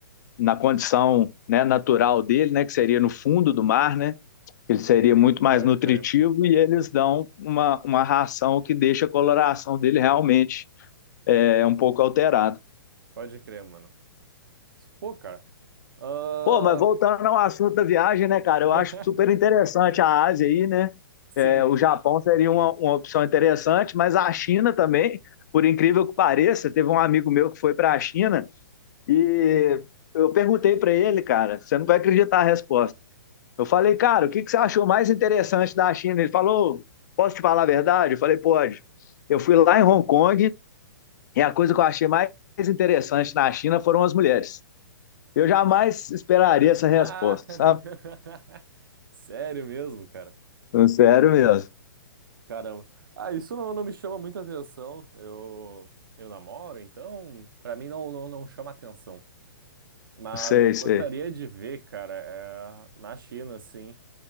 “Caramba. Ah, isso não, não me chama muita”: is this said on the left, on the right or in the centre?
Right